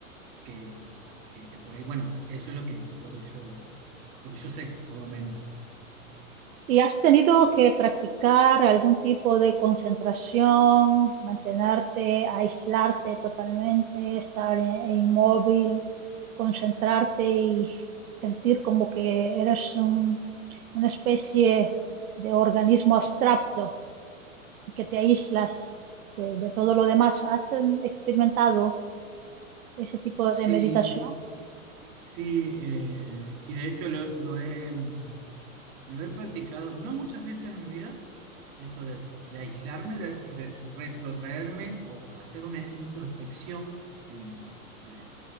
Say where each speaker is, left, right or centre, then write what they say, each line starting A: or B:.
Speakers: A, on the right; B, on the right.
A: que, que- que por ahí, bueno, eso es lo que, lo que yo, lo que yo sé, por lo menos.
B: ¿Y has tenido que practicar algún tipo de concentración, mantenerte, aislarte totalmente, estar eh, inmóvil, concentrarte y sentir como que eres un- una especie de organismo abstracto y que te aíslas de, de todo lo demás? ¿Has eh, experimentado ese tipo
A: Sí,
B: de meditación?
A: sí, eh, y de hecho lo, lo he, mm, lo he practicado, no muchas veces en mi vida, Eso de, de aislarme, de re- retrotraerme o hacer una introspección en, eh,